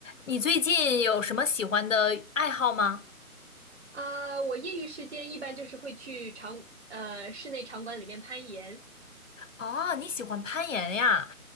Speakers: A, on the left (about 60°); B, on the right (about 45°).
A: 你最近有什么喜欢的爱好吗？
B: 啊，我业余时间一般就是会去场，呃，室内场馆里面攀岩。
A: 哦，你喜欢攀岩呀？